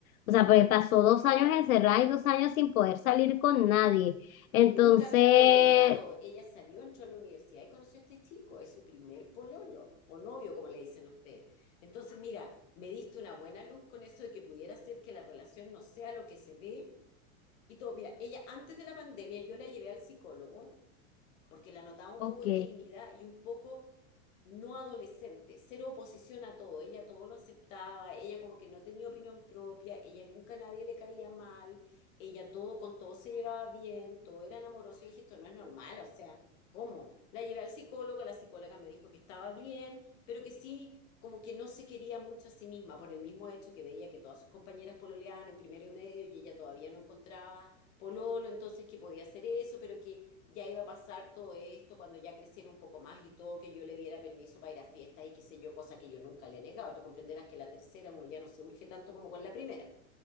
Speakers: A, on the left; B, on the left.
A: O sea, porque pasó dos
B: claro.
A: años encerrada y dos años sin poder salir con nadie.
B: Y
A: Entonces,
B: nunca había pololeado, ella salió, entró a la universidad y conoció a este chico, es su primer pololo, o novio, como le dicen ustedes. Entonces, mira, me diste una buena luz con eso de que pudiera ser que la relación no sea lo que se ve y todo. Mira, ella antes de la pandemia yo la llevé al psicólogo porque la notaba un
A: ok,
B: poco tímida y un poco no adolescente, cero oposición a todo, ella todo lo aceptaba, ella como que no tenía opinión propia, ella nunca a nadie le caía mal, ella todo con todo se llevaba bien, todo era amoroso y dije, esto no es normal, o sea, ¿cómo? La llevé al psicólogo, la psicóloga me dijo que estaba bien, pero que sí, como que no se quería mucho a sí misma por el mismo hecho que veía que todas sus compañeras pololeaban en primero y medio y ella todavía no encontraba pololo, entonces que podía hacer eso, pero que ya iba a pasar todo esto cuando ya creciera un poco más y todo, que yo le diera permiso para ir a fiestas y qué sé yo, cosa que yo nunca le he negado. Tú comprenderás que la tercera uno ya no se urge tanto como con la primera.